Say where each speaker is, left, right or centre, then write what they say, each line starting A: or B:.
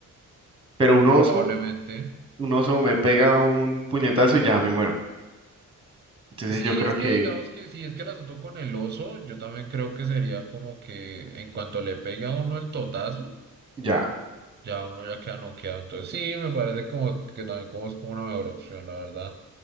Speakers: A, on the right; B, on the right.
A: Pero un oso,
B: Probablemente.
A: un oso me pega un puñetazo y ya me muero. Entonces
B: Sí,
A: yo creo
B: es
A: que
B: que digamos que si es que el asunto con el oso, yo también creo que sería como que en cuanto le pegue a uno el totazo,
A: ya.
B: ya uno ya queda noqueado. Entonces sí, me parece como que también como es como una mejor opción, la verdad.